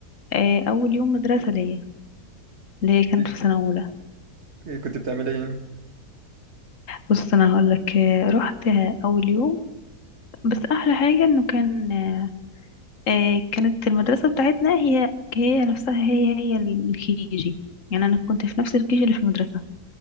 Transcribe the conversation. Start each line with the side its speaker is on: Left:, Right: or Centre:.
Left: آه، اول يوم مدرسة ليا اللي هي كانت
Right: <laughs>
Left: في سنة اولى
Right: إيه كنت بتعمل ايه
Left: بص انا هقول لك آه، رحت آه، اول يوم بس احلى حاجة انه كان آه، آه، كانت المدرسة بتاعتنا هي هي نفسها هي هي الكيجي يعني أنا كنت في نفس الكيجي اللي في المدرسة